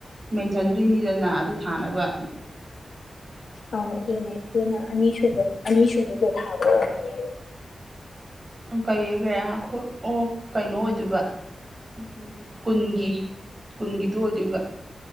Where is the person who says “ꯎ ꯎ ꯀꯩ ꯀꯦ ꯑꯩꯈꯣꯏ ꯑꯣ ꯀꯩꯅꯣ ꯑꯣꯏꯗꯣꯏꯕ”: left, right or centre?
Right